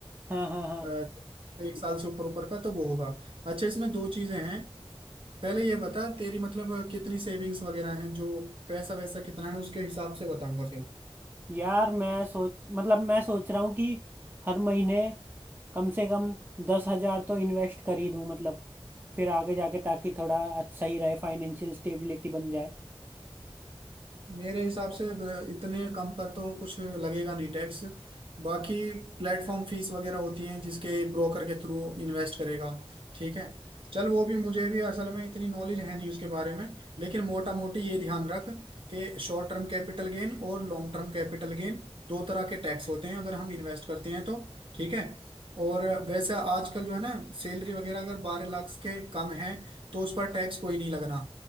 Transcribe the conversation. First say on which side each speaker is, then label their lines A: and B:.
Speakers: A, on the right; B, on the right.
A: हाँ हाँ हाँ
B: अ, एक साल से ऊपर ऊपर का तो वो होगा अच्छा इसमें दो चीजें हैं पहले ये बता तेरी मतलब कितनी सेविंग्स वगैरह हैं जो पैसा वैसा कितना है उसके हिसाब से बताऊंगा
A: यार मैं सोच मतलब मैं सोच रहा हूँ कि हर महीने कम से कम दस हजार तो इन्वेस्ट कर ही दूँ मतलब फिर आगे जाके ताकि थोड़ा अच्छा ही रहे फाइनेंशियल स्टेबिलिटी बन जाए
B: मेरे हिसाब से द- इतने कम पर तो कुछ लगेगा नहीं टैक्स बाकी प्लेटफॉर्म फीस वगैरह होती हैं जिसके ब्रोकर के थ्रू इन्वेस्ट करेगा ठीक है चल वो भी मुझे भी असल में इतनी नॉलेज है नहीं उसके बारे में लेकिन मोटा मोटी ये ध्यान रख कि शॉर्ट टर्म कैपिटल गेन और लॉन्ग टर्म कैपिटल गेन दो तरह के टैक्स होते हैं अगर हम इन्वेस्ट करते हैं तो ठीक है और वैसे आजकल जो है ना सैलरी वगैरह अगर बारह लाख के कम है तो उस पर टैक्स कोई नहीं लगना